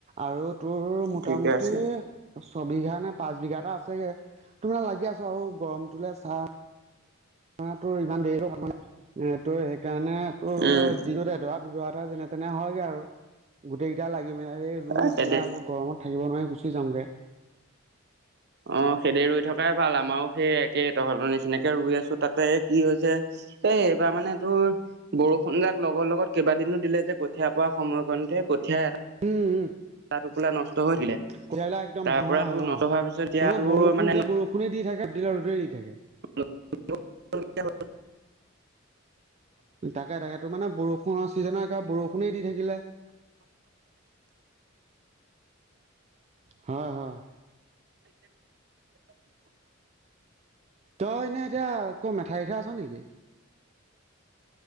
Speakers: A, on the right; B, on the right.
A: আৰু তোৰ মোটামুটি
B: ঠিকে আছে
A: ছবিঘা নে পাঁচ বিঘা এটা আছেগে। <unintelligible> লাগি আছোঁ আৰু গৰমটোলে <unintelligible> মানে, তোৰ, ইমান দেৰি <unintelligible> এ, তোৰ, সেইকাৰণে তোৰ,
B: উম,
A: দিনত এদৰা-দুধৰা এটা যেনে তেনে হয়গে আৰু। গোটেইকেইটা লাগি, মেলি ৰুই
B: এ খেতি
A: পেলাই আকৌ, গৰমত থাকিব নোৱাৰি, গুচি যাওঁগে।
B: অ'! খেদি ৰুই থকাই ভাল। আমাৰো সেই একেই, তহঁতৰ নিচিনাকে ৰোই আছোঁ। তাতে কি হৈছে, এই, এইবাৰ মানে তোৰ বৰষুণ যাক লগৰ লগত, কেইবাদিনো দিলে যে, কঠীয়া পৰা সময়কণতে। কঠীয়া, এটা
A: উম উম
B: টোপোলা নষ্ট হৈ থাকিলে।
A: কঠীয়াবিলাক একদম
B: তাৰপৰা
A: ভাল হোৱা হ'ল
B: তোৰ, নষ্ট
A: অ
B: হোৱাৰ পিছত এতিয়া
A: তোমাৰ
B: তোৰ
A: বৰষুণ
B: মানে
A: দিলে, বৰষুণে দি থাকে। ৰ'দ দিলে, ৰ'দে দি থাকে।
B: <unintelligible>
A: তাকে-তাকে, ত' মানে, বৰষুণৰ ছিজনত একেবাৰে বৰষুণে দি থাকিলে। হয়, হয়। তই এনেই এতিয়া, আকৌ মেথাৰিতহে আছ নেকি?